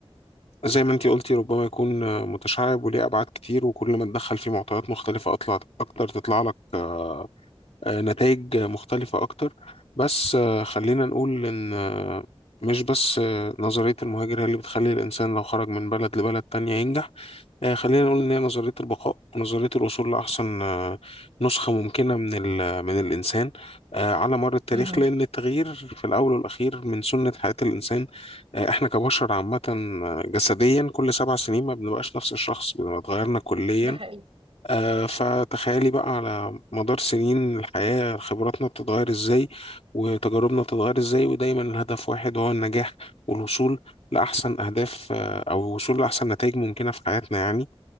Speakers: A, on the left; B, on the right.
A: زي ما انتي قلتي ربما يكون آه، متشعب وليه ابعاد كتير وكل ما تدخل فيه معطيات مختلفه اطلع اكتر تطلع لك آه، آه، نتائج مختلفه اكتر بس آه، خلينا نقول ان آه، مش بس آه، نظريه المهاجر هي اللي بتخلي الانسان لو خرج من بلد لبلد تانية ينجح آه، خلينا نقول إن هي نظرية البقاء ونظرية الوصول لأحسن آه، نسخة ممكنة من ال من الإنسان آه، على مر التاريخ
B: مم.
A: لأن التغيير في الأول والأخير من سنة حياة الإنسان آه، إحنا كبشر عامة آه، جسديا كل سبع سنين ما بنبقاش نفس الشخص بنبقى اتغيرنا كليا
B: ده حقيقي
A: آه، فتخيلي بقى على مدار سنين الحياة خبراتنا بتتغير إزاي وتجاربنا بتتغير إزاي ودايما الهدف واحد وهو النجاح والوصول لأحسن أهداف آه، أو الوصول لأحسن نتائج ممكنة في حياتنا يعني